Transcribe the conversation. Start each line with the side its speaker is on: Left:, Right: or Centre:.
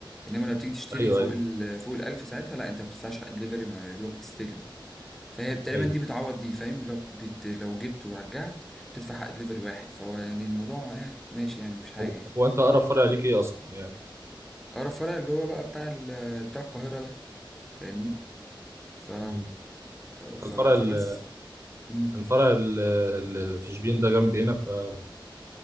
Centre: انما لما بتيجي تشتري
Right: ايوه
Centre: فوق
Right: ايوه
Centre: ال فوق الالف ساعتها لا انت ما بتدفعش حق الدليفري ما يا دوبك بتستلم فهي تقريبا
Right: ايوه
Centre: دي بتعوض دي فاهم اللي هو بت... بت- لو جبت ورجعت بتدفع حق دليفري واحد فهو يعني الموضوع اه ماشي يعني مفيش حاجه
Right: هو
Centre: يعني
Right: هو انت اقرب فرع ليك ايه اصلا يعني
Centre: اقرب فرع اللي هو بقى بتاع ال... بتاع القاهره ده فاهمني ف...
Right: امم
Centre: ف...
Right: الفرع
Centre: فبس
Right: ال-
Centre: مم.
Right: الفرع ال- اللي في شبين ده جنبي هنا فبيبقى